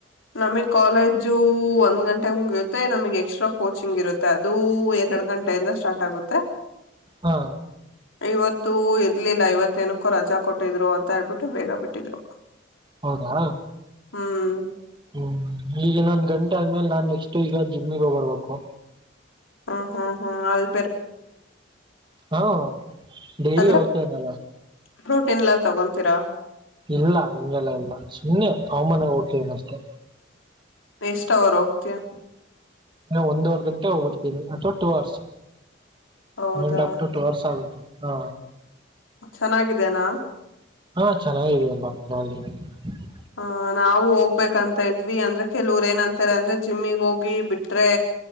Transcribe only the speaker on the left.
ನಮಿಗ್ ಕಾಲೇಜೂ ಒಂದ್ ಗಂ ಟೆಗ್ ಮುಗ್ಯುತ್ತೆ ನಮಗೆ ಎಕ್ಸ್ಟ್ರಾ ಕೋಚಿಂಗ್ ಇರುತ್ತೆ ಅದೂ ಎರಡು ಗಂಟೆಯಿಂದ ಸ್ಟಾರ್ಟ್ ಆಗುತ್ತೆ
ಇವತ್ತು ಎದ್ಲೆ ಇಲ್ಲ ಐವತ್ತೇನುಕ್ಕೊ ರಜಾ ಕೊಟ್ಟಿದ್ರು ಅಂತ ಹೇಳ್ಬಿಟ್ಟು ಬೇಗ ಬಿಟ್ಟಿದ್ರು
ಹ್ಮ್
ಹಾ ಹಾ ಹಾ ಆದ್
ಅಂದ್ರೆ
ಪ್ರೋಟೀನ್ ಎಲ್ಲ ತಗೋಂತಿರಾ
ಎಷ್ಟ್ ಅವರ್ ಹೋಗ್ತಿಯ
ಹೌದಾ
ಚೆನ್ನಾಗಿದೆೇನಾ
ಹಾ ನಾವು ಹೋಗ್ಬೇಕಂತ ಇದ್ವಿ ಅಂದ್ರೆ ಕೆಲೋರ್ ಏನಂತರೆ ಅಂದ್ರೆ ಜಿಮ್ಮಿಗ್ ಹೋಗಿ ಬಿಟ್ರೇ